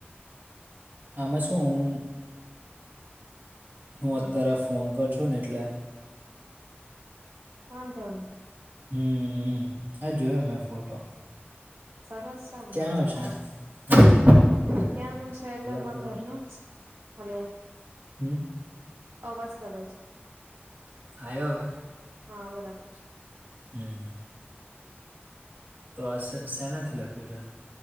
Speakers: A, on the right; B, on the right.
A: આમાં શું હું. હું
B: હા
A: અત્યારે ફોન પર છું ને એટલે.
B: વાંધોની.
A: હમ હા જોયો મેં ફોટો.
B: સરસ છે ને
A: ક્યાંનો
B: લખવાનું.
A: છે સરસ છે લખ
B: ત્યાં નું છે એટલે
A: લખ
B: માર ઘર નું જ હલો.
A: હમ.
B: અવાજ દબાઈ છે.
A: આયો હવે.
B: હા બરાબર છે.
A: હમ. હમ તો આ શેનાથી લખ્યું છે.